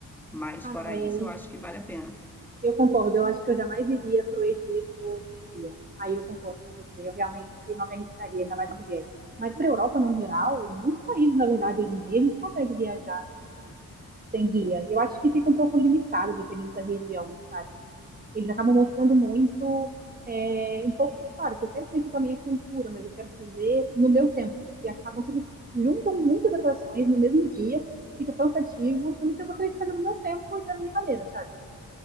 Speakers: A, in the centre; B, on the right (about 25°).
A: Mas
B: Ah,
A: fora
B: não, é...
A: isso, eu acho que vale a pena.
B: eu concordo. Eu acho que eu jamais iria para o Egito sem guia. Aí eu concordo com você. Eu realmente não me arriscaria, ainda mais mulher. Mas para a Europa, no geral, muitos países, na verdade, hoje em dia, a gente consegue viajar assim, sem guia. Eu acho que fica um pouco limitado, dependendo da região, sabe? Eles acabam mostrando muito, é, um pouco, claro, que eu quero conhecer também a cultura, mas eu quero fazer no meu tempo. E acabam que eles juntam muitas atrações no mesmo dia, fica cansativo, sendo que eu gostaria de fazer no meu tempo e da minha maneira, sabe?